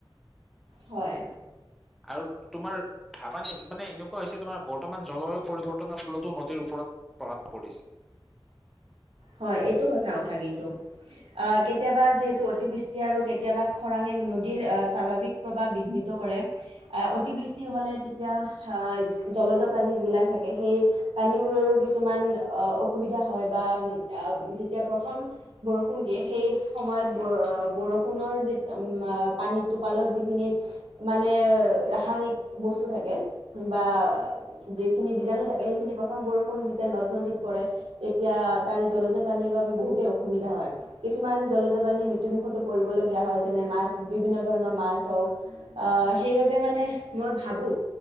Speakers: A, on the right (about 85°); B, in the centre.
A: হয়।
B: আৰু তোমাৰ ভাৱানে মানে এনেকুৱা হৈছে তোমাৰ বৰ্তমান জলবায়ু পৰিৱৰ্তনৰ ফলতো নদীৰ ওপৰত প্ৰভাৱ পৰিছে।
A: হয় এইটো সঁচা কথা কিন্তু আহ কেতিয়াবা যিহেতু অতিবৃষ্টি আৰু কেতিয়াবা খৰাঙে নদীৰ স্বাভাৱিক প্ৰভাৱ বিঘ্নিত কৰে আহ অতিবৃষ্টি হলে তেতিয়া আহ জলজ প্ৰাানী যিবিলাক থাকে সেই প্ৰাানীবোৰৰো কিছুমান অসুবিধা হয় বা। যেতিয়া প্ৰথম। বৰষুণ দিয়ে সেই সময়ত। ব বৰষুণৰ যি ম পানী টোপালত যিখিনি মানে ৰাসায়নিক বস্তু থাকে বা যিখিনি বীজাণু থাকে সেইখিনি প্ৰথম বৰষুণ যি। তে নদ নদীত পৰে। এতিয়া। তাৰে জলজপ্ৰাণীৰ বাবে বহুতেই অসুবিধা হয় কিছুমান জলজ প্ৰাণীৰ মৃত্যুমুখতো পৰিবলগীয়া হয় যেনে মাছ বিভিন্ন ধৰণৰ মাছ হওক আহ সেইবাবে মানে মই ভাবো